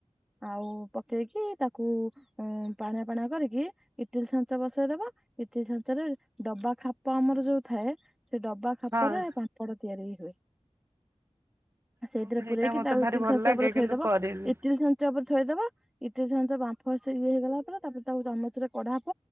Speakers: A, in the centre; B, on the right (about 20°).
A: ଆଉ ପକେଇକି ତା କୁ ଉ ପାଣିଆ ପାଣି କରିକି ଇଟିଲ ଛାଞ୍ଚ ବସେଇ ଦବା। ଇଟିଲ୍ ଛାଞ୍ଚରେ ଡବା ଖାପ ଆମର ଯୋଉ ଥାଏ ସେ ଡବା ଖାପରେ
B: ହଁ
A: ପାମ୍ପଡ଼ ତିଆରି ହୁଏ। ସେଇଥିରେ
B: ମୁଁ ବି ସେଇଟା
A: ପୁରରେଇକି
B: ମତେ
A: ତାକୁ
B: ଭାରି
A: ଇଟିଲି
B: ଭଲ
A: ଛାଞ୍ଚ
B: ଲାଗେ
A: ଉପରେ ଥୋଇଦବ,
B: କିନ୍ତୁ କରେନି।
A: ଇଟିଲି ଛାଞ୍ଚ ଉପରେ ଥୋଇଦବ। ଇ ଇଟିଲି ଛାଞ୍ଚ ବାମ୍ଫ ଇଏ ହେଇଗଲା ପରେ ତାପରେ ତାକୁ ଚାମଚରେ କଢ଼ା ହବ।